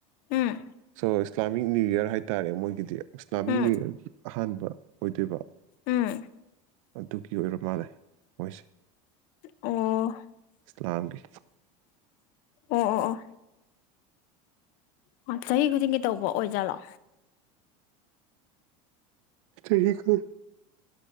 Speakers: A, on the left; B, on the right.
A: ꯎꯝ
B: ꯐꯥꯔꯁ ꯁ꯭ꯂꯥꯃꯤꯛ ꯅ꯭ꯌꯨꯔ ꯍꯥꯏꯇꯥꯔꯦ ꯃꯣꯏꯒꯤꯗꯤ ꯁ꯭ꯂꯥꯝ
A: ꯎꯝ
B: ꯒꯤ ꯑꯍꯥꯟꯕ ꯑꯣꯏꯗꯣꯏꯕ
A: ꯎꯝ
B: ꯑꯗꯨꯒꯤ ꯑꯣꯏꯔ ꯃꯥꯜꯂꯦ ꯃꯣꯏꯁꯦ
A: ꯑꯣ
B: ꯁ꯭ꯂꯥꯝꯒꯤ
A: ꯑꯣ ꯑꯣ ꯑꯣ ꯆꯍꯤ ꯈꯨꯗꯤꯡꯒꯤ ꯇꯧꯕ ꯑꯣꯏꯖꯥꯠꯂꯣ
B: ꯆꯍꯤ ꯈꯨ